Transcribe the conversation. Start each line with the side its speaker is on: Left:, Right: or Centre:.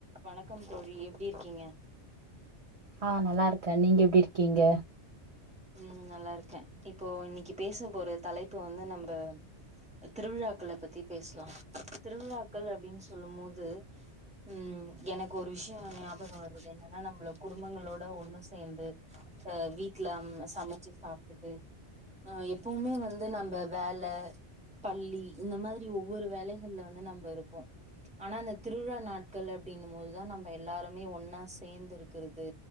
Centre: வணக்கம் தோழி எப்டி இருக்கீங்க
Right: ஆ நல்லா இருக்கே நீங்க எப்டி இருக்கீங்க
Centre: உம் நல்லா இருக்கே இப்போ இன்னிக்கு பேச போற தலைப்பு வந்து நம்ப திருவிழாக்கள பத்தி பேசலா திருவிழாக்கள் அப்டின் சொல்லும் போது உம் எனக்கு ஒரு விஷ்யோ ஞாபகோ வர்றது என்னன்னா நம்பள குடும்பங்களோட ஒண்ணு சேந்து அ வீட்ல ம் சமைச்சி சாப்டுட்டு அ எப்புவுமே வந்து நம்ப வேல பள்ளி இந்த மாதிரி ஒவ்வொரு வேலைகள்ல வந்து நம்ப இருப்போம் ஆனா அந்த திருவிழா நாட்கள் அப்டின்னும் மோதுதா நம்ப எல்லாருமே ஒன்னா சேந்து இருக்கறது